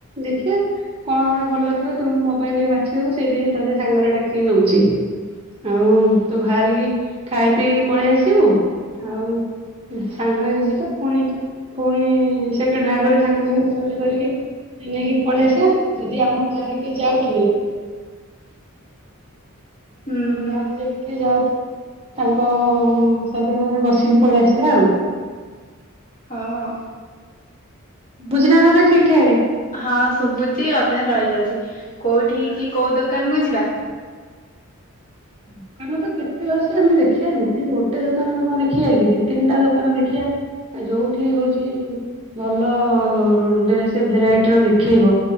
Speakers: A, on the right; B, on the left.
A: ଦେଖିବା କଣ ଗୋଟେ ଭଲ ଥିବ ତୁ ମୋ ପାଇଁ ଟିକେ ବାଛିଦବୁ ସେଇଠିକେ ହିଁ ତତେ ସାଙ୍ଗରେ ଡାକିକି ନଉଛି ଆଉ ତୁ ବାହାରିକି ଖାଇ ପିଇ ପଳେଇ ଆସିବୁ। ଆଉ ସାଙ୍ଗ ହେଇକି ଯିବା ପୁଣି ପୁଣି ସେକେଣ୍ଡ ହେବା ପରେ ସାଙ୍ଗ ହେଇକି ବୁଲାବୁଲି କରିକି ନେଇକି ପଳେଇ ଆସିବା ଯଦି ଆମ ଗାଁରେ କିଏ ଯାଉଥିଲେ।
B: ହୁଁ
A: ଆମ
B: ହୁଁ
A: ଗାଁରେ ଯଦି କିଏ ଯାଉଥା ତାଙ୍କ ସଇତନ ମାନେ ବସିକି ପଳେଇ ଆସିବା ଆଉ।
B: ହଁ।
A: ବୁଝିନ ତେ ଠିକ ଠାକ।
B: ହଁ ଶୁଭୁଚଛି ଅଧା ରହିଯାଉଛି କୋଉଠି କି କୋଉ ଦୋକାନ କୁ ଯିବା।
A: ଦୋକାନ ତ କେତେ ଅଛି ଆମେ ଦେଖିବା ଦ ଗୋଟେ ଦୋକାନରେ କଣ ଦେଖିବା କି ଦି ତିନିଟା ଦୋକାନ ଦେଖିବା ଯୋଉଠି ହଉଛି ଭଲ ଡ୍ରେସ ଭେରାଇଟିର ଦେଖେଇବ